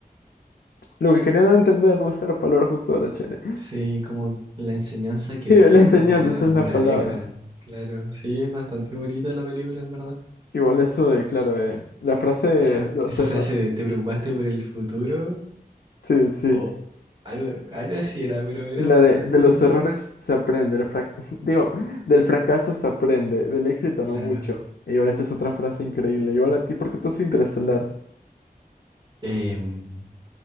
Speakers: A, on the left; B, on the right.
A: lo que querían entender, no es la palabra justo de la chele.
B: Sí, como la enseñanza que
A: Sí,
B: deja
A: la enseñanza,
B: o las
A: esa es
B: moralejas.
A: la palabra.
B: Claro, sí, es bastante bonita la película, en verdad.
A: Igual eso de, claro, de, la frase,
B: Esa,
A: lo
B: esa
A: cerra-
B: frase de ¿te preocupaste por el futuro?
A: Sí, sí.
B: O algo, algo así era, pero era
A: Y la
B: bastante
A: de, de los
B: como...
A: errores se aprende, el frac- <laughs> digo, del fracaso se aprende, del éxito
B: Claro.
A: no mucho. Y igual esta es otra frase increíble. Igual a ti, ¿por qué tú es Interestelar?
B: Em,